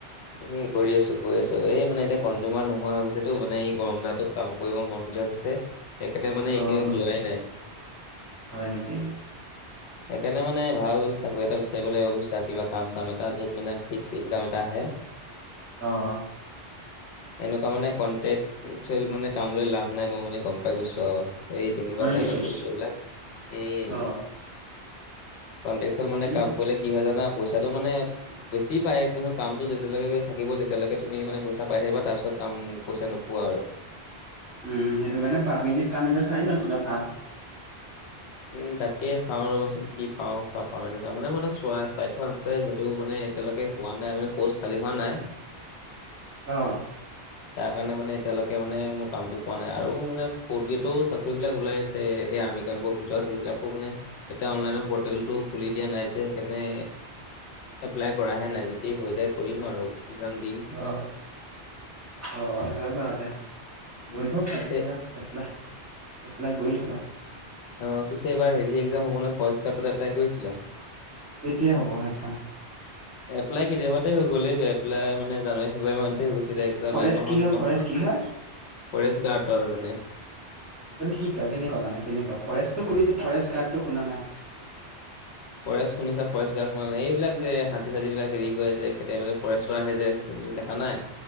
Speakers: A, on the left; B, on the right.
A: উম কৰি আছো কৰি আছো, এ এই মানে এতিয়া কনজুমাৰ নোহোৱা হৈ গৈছে। টো মানে এই গৰম গাটো কাম কৰিব মন নোযোৱা হৈছে। সেইকাৰণে মানে এইকেইদিন
B: অঁ
A: যোৱাই নাই।
B: হয় ঠিকে।
A: সেইকাৰণে মানে ভাল চাকৰি এটা বিচাৰিব লাগিব বুজিছা, কিবা কাম চাম এটা যত মানে ফিক্স ইনকাম এটা আহে।
B: অঁ অঁ
A: এনেকুৱা মানে কনটেক্ট। থৈ মানে কাম লৈ লাভ নাই, মই মানে গম পাই গৈছো আৰু এই তিনিবাৰ
B: হয়
A: চাৰিবাৰ
B: নেকি
A: কৰিছো এইবিলাক। উম।
B: অ
A: কনটেকছুৱেল
B: ঠিকেই
A: মানে কাম কৰিলে কি হয়, জানা পইচাটো মানে বেছি পায়, কিন্তু কামটো যেতিয়ালৈকে থাকিব, তেতিয়ালৈকে তুমি মানে পইছা পাই থাকিবা, তাৰ পিছত কাম পইচা নোপোৱা আৰু।
B: উম উম, সেইটো কাৰনে পাৰমেনেন্ট কাম এটা চাই লোৱা আচলতে ভাল।
A: উম তাকে চাওঁ ৰ'বাচোন কি পাওঁ কাম। পাৰমেনেন্ট কাম এটা মানে মোৰ এটা চোৱা চাই থোৱা আছে, সেইটো মানে এতিয়ালৈকে হোৱা নাই মানে পষ্ট খালী হোৱা নাই।
B: অঁ
A: তাৰ কাৰণে মানে এতিয়ালৈকে মানে মোৰ কামটো পোৱা নাই আৰু মানে ফৰ্থ গ্ৰেডৰো চাকৰি বিলাক ওলাই আ ছে আৰ্মি কেম্পবোৰ ভিতৰত সেইবিলাকো মানে এতিয়া অনলাইনৰ পৰ্টেলটো খুলি দিয়া নাই যে সেইকাৰণে। এপ্লাই কৰাহে নাই যদি হৈ যায় কৰিম আৰু একজাম দিম।
B: অ অ সেই বাৰু দে।
A: উম
B: কৰিব পাৰো
A: পিছে
B: ধ, এপ্লাই এপ্লাই কৰি থাকা।
A: অঁ পিছে এইবাৰ হেৰি এক্সম হব নহয়, ফৰেষ্টগাৰ্ড এপ্লাই কৰিছিলা।
B: কেতিয়া হ'ব এক্সাম?
A: এপ্লাই কেতিয়াবাতে হৈ গ'লেই এপ্লাই মানে জানুৱাৰী ফ্ৰেব্ৰুৱাৰী মানতে হৈ গৈছিলে একযাম
B: ফৰেষ্ট
A: এই মাহত
B: কি হয়
A: ন।
B: ফৰেষ্ট কি হয়?
A: ফৰেষ্ট গাৰ্ডৰ মানে।
B: এইটো কি কয় কেনেকুৱা মানে কেনেকুৱা ফৰেষ্টটো শুনিছো ফৰেষ্ট গাৰ্ড টো শুনা নাই।
A: ফৰেষ্ট শুনিছা ফৰেষ্ট গাৰ্ড শুনা নাই, এইবিলাক যে হাতী চাতী বিলাক হেৰি কৰে যে খেদে মানে ফৰেষ্ট ত আহে যে দেখা নাই।